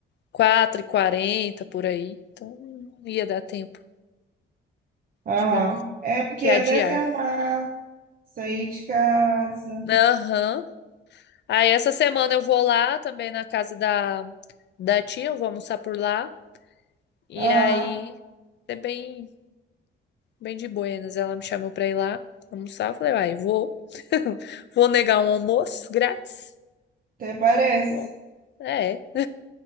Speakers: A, on the left; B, on the right.
A: quatro e quarenta por aí. Então não ia dar tempo.
B: Aham.
A: Tivemos
B: É porque
A: que adiar.
B: até se arrumar, sair de casa.
A: Aham. Aí essa semana eu vou lá também na casa da, da tia, eu vou almoçar por lá. E
B: Aham.
A: aí é bem, bem de buenas. Ela me chamou pra ir lá almoçar. Eu falei, vai, vou. <laughs> Vou negar um almoço grátis?
B: Até parece.
A: Não vou. É.